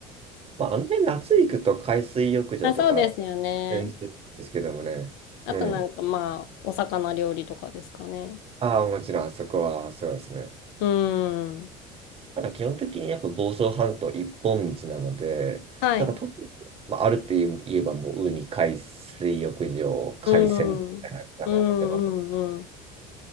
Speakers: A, on the right (about 35°); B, on the left (about 70°).
A: まあ、あの辺夏行くと海水浴場とか
B: あ、そうですよね。
A: 全然ですけどもね。
B: あとなんかまあ、
A: うん。
B: お魚料理とかですかね。
A: ああ、もちろん、あそこは、そうですね。
B: うん。
A: ただ、基本的にやっぱ房総半島一本道なので、
B: はい。
A: なんか特に、まあ、あるって言えば、もう、ウニ、海水浴場、海鮮みたいなのが出ます。
B: うん。うんうんうん。